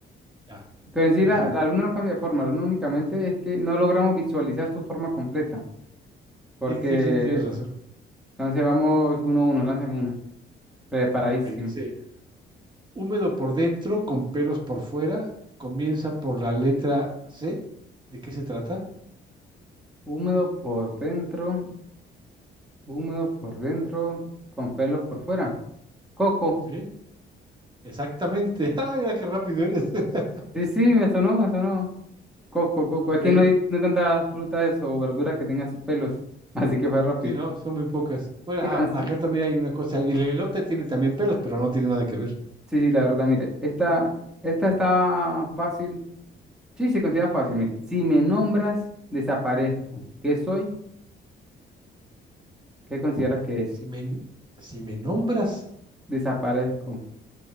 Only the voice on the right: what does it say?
ya,
perfecto.
Sí, sí, sí, tienes razón.
Ok, dice, húmedo por dentro, con pelos por fuera, comienza por la letra C. ¿De qué se trata?
Sí, exactamente. <laughs> Ah, mira qué rápido eres. <laughs>
Ok.
Sí, no, son muy pocas. Bueno,
a- acá también hay una cosa. El elote tiene también pelos, pero no tiene nada que ver.
Si me, n- si me nombras,